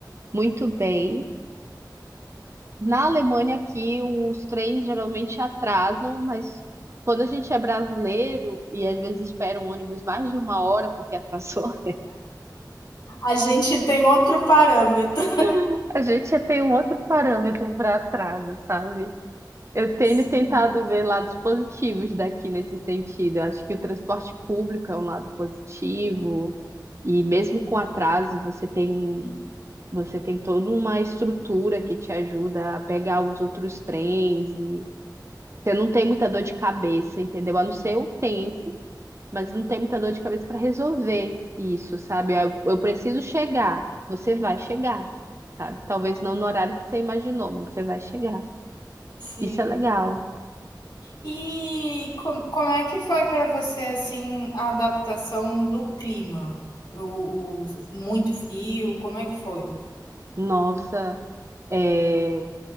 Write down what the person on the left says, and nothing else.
A gente tem outro parâmetro.
<laughs> Sim.
Sim.
E com, como é que foi para você, assim, a adaptação do clima? O, o muito frio, como é que foi?